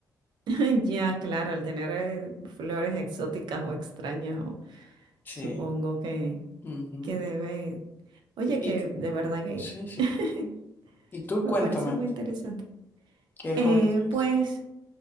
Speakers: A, on the right; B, on the left.
A: <laughs> ya claro, al tener eh, flores exóticas o extrañas, o-
B: Sí.
A: supongo que
B: ujú.
A: que debe. Oye,
B: Y
A: que de verdad que
B: sí, sí.
A: <laughs>
B: Y tú
A: me
B: cuéntame,
A: parece muy interesante.
B: ¿qué hobby
A: Eh,
B: tienes
A: pues,
B: tú?